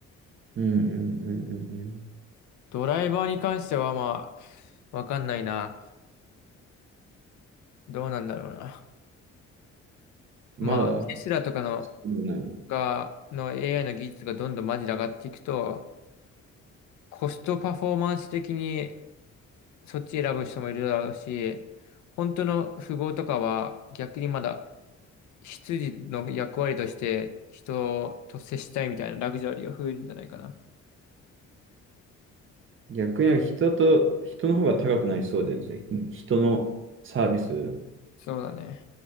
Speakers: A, on the right; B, on the left.
A: うんうんうんうんう
B: ドライバーに関してはまあ、わかんないな。どうなんだろうな。まあ、
A: ん。まだ、
B: テスラとかの、
A: そうね
B: が、の AI の技術がどんどんマジで上がっていくと、コストパフォーマンス的にそっち選ぶ人もいるだろうし、本当の富豪とかは逆にまだ執事の役割として人と接したいみたいなラグジュアリーが増えるんじゃないかな。
A: 逆に人と、人の方が高くなりそうで、それ人のサービス。
B: そうだね。